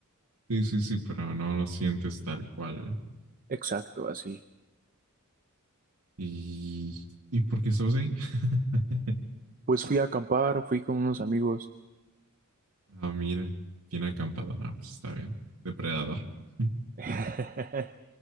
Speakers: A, on the right; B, on the right.
A: Sí, sí, sí, pero no lo sientes tal cual.
B: Exacto, así.
A: ¿Y, ¿y por qué estamos ahí? <laughs>
B: Pues fui a acampar, fui con unos amigos.
A: Ah, mire, bien acampado. No, pues está bien. Depredador. <laughs>
B: <laughs>